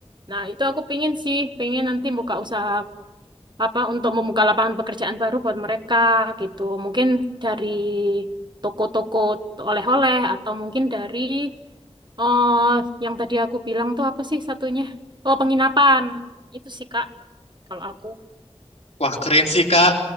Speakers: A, on the right (about 45°); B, on the left (about 85°).
A: Nah, itu aku pingin sih, pingin nanti buka usaha apa untuk membuka lapangan pekerjaan baru buat mereka gitu. Mungkin dari toko-toko oleh-oleh atau mungkin dari oh yang tadi aku bilang tuh apa sih satunya? Oh, penginapan. Itu sih Kak kalau aku.
B: Wah keren sih kak.